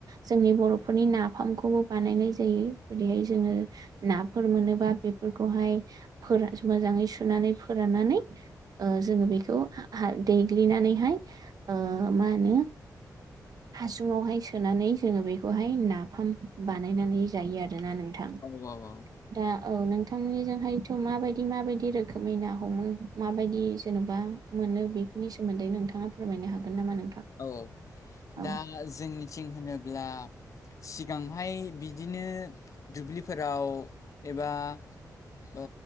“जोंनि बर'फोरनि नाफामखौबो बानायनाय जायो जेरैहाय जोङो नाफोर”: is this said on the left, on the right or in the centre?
Right